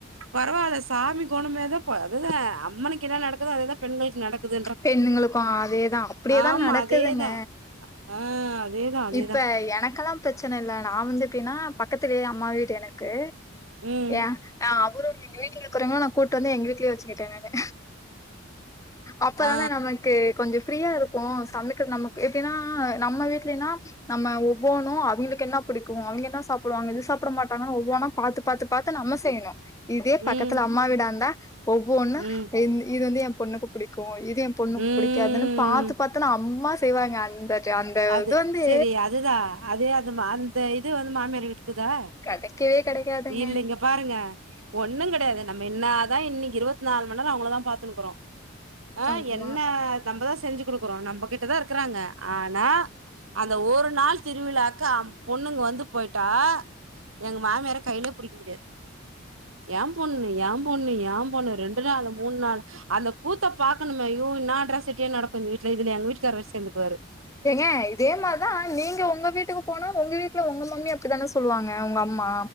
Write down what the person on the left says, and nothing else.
பெண்களுக்கும் அதேதான் அப்டியேதான்
நடக்குதுங்க
இப்ப எனக்கெல்லா பிரச்சன இல்ல நான் வந்து எப்டின்னா பக்கத்துலயே அம்மா வீடு எனக் இருக்கு
ஏன் அ அவரும் எங்க வீட்ல இருக்குறவுங்களான் நான் கூட்டு வந்து எங்க வீட்லயே வச்சுக்கிட்டேன் நானு அப்பதானா
நமக்கு கொஞ்சோ ஃப்ரீயா இருக்கும் சமைக்கிற நமக்கு எப்படினா நம்ம வீட்லன்னா நம்ம ஒவ்வொண்ணும் அவுங்களுக்கு என்ன பிடிக்கும் அவுங்க என்ன சாப்பிடுவாங்க இது சாப்பிட மாட்டாங்கன்னு ஒவ்வொண்ணா பாத்து பாத்து பாத்து நம்ம செய்யணும் இதே
பக்கத்துல அம்மா வீடா இருந்தா <inaudible> ஒவ்வொண்ணும்
இந் இது வந்து எ பொண்ணுக்கு புடிக்கும் என் பொண்ணுக்கு
பிடிக்காதுன்னு பாத்து பாத்து நான் அம்மா செ செய்வாங்க அந்த அந்த
இது வந்து
கெடைக்கவே கெடைக்காதுங்க
ஆமா
ஏங்க இதே மாதான் நீங்க உங்க வீட்டுக்கு போனா உங்க வீட்டுல உங்க மம்மி அப்படித்தானே சொ சொல்லுவாங்க உங்க அம்மா